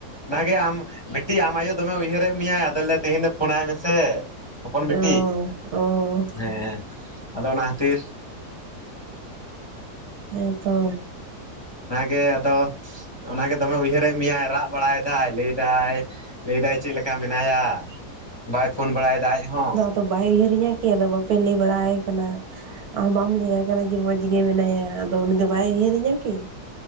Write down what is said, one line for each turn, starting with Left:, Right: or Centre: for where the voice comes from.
Left: ᱚᱱᱟᱜᱮ ᱟᱢ ᱵᱤᱴᱤ ᱟᱢ ᱟᱭᱳ ᱫᱚᱢᱮ ᱩᱭᱦᱟᱹᱨᱮᱫ ᱢᱮᱭᱟᱭ ᱟᱫᱚᱞᱮ ᱛᱮᱦᱤᱧ ᱫᱚ ᱯᱷᱳᱱᱟᱭ ᱢᱮᱥᱮ ᱦᱚᱯᱚᱱ ᱵᱤᱴᱤ
Right: ᱚ ᱚ
Left: ᱦᱮᱸ ᱟᱫᱚ ᱚᱱᱟ ᱠᱷᱟᱹᱛᱤᱨ
Right: ᱦᱮᱸ ᱛᱚ
Left: ᱚᱱᱟᱜᱮ ᱟᱫᱚ ᱚᱱᱟᱜᱮ ᱫᱚᱢᱮ ᱩᱭᱦᱟᱹᱨ ᱫᱮᱜ ᱢᱮᱭᱟᱭ ᱨᱟᱜ ᱵᱟᱲᱟᱭ ᱮᱫᱟᱭ ᱞᱟᱹᱭᱫᱟᱭ ᱞᱟᱹᱭᱫᱟᱭ ᱪᱮᱫ ᱞᱮᱠᱟ ᱢᱮᱱᱟᱭᱟ ᱵᱟᱭ ᱯᱷᱳᱱ ᱵᱟᱲᱟᱭ ᱮᱫᱟ ᱟᱡ ᱦᱚᱸ
Right: ᱛᱳ ᱵᱟᱭ ᱩᱭᱦᱟᱹᱨᱤᱧᱟᱹ ᱠᱤ ᱟᱫᱚ ᱵᱟᱯᱮ ᱞᱟᱹᱭ ᱵᱟᱲᱟᱭ ᱠᱟᱱᱟ ᱚ ᱢᱟᱢ ᱞᱟᱹᱭᱟᱭ ᱠᱟᱱᱟ ᱡᱮ ᱢᱚᱸᱡᱽ ᱜᱮ ᱢᱮᱱᱟᱭᱟ ᱟᱫᱚ ᱩᱱᱤ ᱫᱚ ᱵᱟᱭ ᱩᱭᱦᱟᱹᱨ ᱤᱧᱟ ᱠᱤ